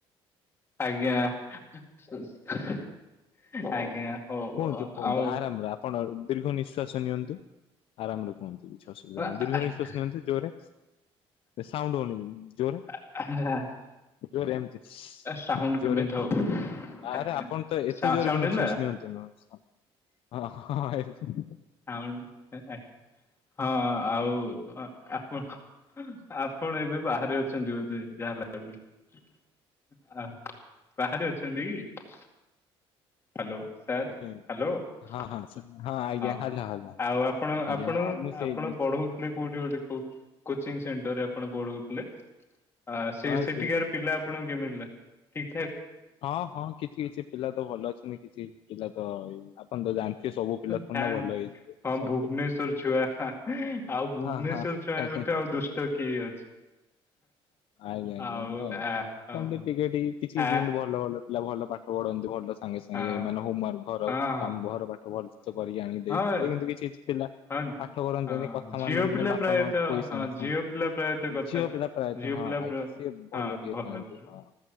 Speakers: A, on the left (about 25°); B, on the left (about 60°).
A: ଆଜ୍ଞା। <inaudible> ଆଜ୍ଞା ହଉ
B: କୁହନ୍ତୁ କୁହନ୍ତୁ
A: ଆଉ
B: ଆରାମରେ ଆପଣ ଦୀର୍ଘ ନିଃଶ୍ଵାସ ନିଅନ୍ତୁ ଆରାମରେ କୁହନ୍ତୁ କିଛି ଅସୁବିଧା
A: ଆ
B: ନାହିଁ ଦୀର୍ଘ
A: ଆଜ୍ଞା
B: ନିଶ୍ଵାସ ନିଅନ୍ତୁ ଜୋରେ ସାଉଣ୍ଡ ହୋଉନି ଜୋରେ
A: ହଁ
B: <inaudible> ଜୋରେ ଏମିତି
A: ସାଉଣ୍ଡ
B: ଜୋରେ
A: କେମିତି ହଉ
B: ଆରେ
A: ଆଜ୍ଞା
B: ଆପଣ ତ ଏ
A: ସା
B: ଜୋରେ
A: ସାଉଣ୍ଡ ହେଲା
B: ବି ନିଶ୍ୱାସ ନିଅନ୍ତୁନି ହଁ ହଁ ଏ
A: ଆଉରି <unintelligible> ହଁ ଆଉ ଆ, ଆପଣ ଆପଣ ଏବେ ବାହାରେ ଅଛନ୍ତି ବୋଧେ ଯା <unintelligible> ଆଃ, ବାହାରେ ଅଛନ୍ତି କି? ହାଲୋ, ସାର୍
B: ଆଜ୍ଞା
A: ହାଲୋ ।
B: ହଁ ହଁ ଆଜ୍ଞା
A: ହଁ
B: ହାଲୋ ହାଲୋ।
A: ଆଉ ଆପଣ
B: ଆଜ୍ଞା
A: ଆପଣ
B: ହଁ ମୁଁ ସେଇ
A: ଆପଣ ପଢଉ ଥିଲେ। କୋଉଠି ଗୋଟେ କୋ କୋଚିଙ୍ଗ ସେଣ୍ଟରରେ ଆପଣ ପଢ଼ଉଥିଲେ? ଆ, ସେ
B: ହଁ
A: ସେଠିକାର
B: ସେଇ
A: ପିଲା ଆପଣଙ୍କୁ କେମିତି ଲା ଠିକ୍?
B: ହଁ, ହଁ କିଛି କିଛି ପିଲା ତ ଭଲ ଅଛନ୍ତି। କିଛି ପିଲା ତ ଏଇ ଆପଣ ତ ଜାଣିଥିବେ ସବୁ ପିଲା ଥୋଡି
A: ସାନ୍
B: ନା ଭଲ ହେଇଯିବେ
A: ହଁ
B: ସବୁ
A: ଭୁବନେଶ୍ଵର
B: ପିଲା
A: ଛୁଆ। ହା ଆଉ ଭୁବନେଶ୍ଵର
B: ହଁ ହଁ।
A: ଛୁଆଙ୍କଠୁ ଆଉ ଦୁଷ୍ଟ କିଏ ଅଛି।
B: ଆଜ୍ଞା, ଆଜ୍ଞା
A: ଆଉ
B: ନାଇଁ
A: ଆ ହଁ
B: ସେମତି ଟିକେ ଟିକେ କିଛି
A: ଆ
B: ଯେମତି ଭଲ ଭଲ ପିଲା ଭଲ ପାଠ ପଢନ୍ତି ଭଲସେ ସାଙ୍ଗେ ସାଙ୍ଗେ
A: ହଁ ହଁ
B: ମାନେ ହୋମୱାର୍କ ଘର
A: ହଁ
B: କାମ ଘର ପାଠ ଭଲସେ କରିକି ଆଣି ଦେଇ,
A: ହଁ
B: ଏ କିନ୍ତୁ କିଛି ପିଲା
A: ହଁ
B: ପାଠ କରନ୍ତିନି,
A: ହଁ
B: କଥା
A: ଝିଅ
B: ମାନନ୍ତିନି,
A: ପିଲା
B: ବାପା
A: ପ୍ରାୟତଃ
B: ମାଙ୍କୁ ପଇସା
A: ହଁ
B: ମାଗସନ୍।
A: ଝିଅ ପିଲା ପ୍ରାୟତଃ କଥା
B: ଝିଅ ପିିଲା ପ୍ରାୟତଃ
A: ଝିଅ
B: ହଁ ହଁ
A: ପିଲା
B: ଆଜ୍ଞା
A: ପ୍ର-
B: ସିଏ ଭଲ
A: ହଁ
B: ଟିକେ ଖାଥାନ୍ତି
A: ଅଛି
B: ହଁ।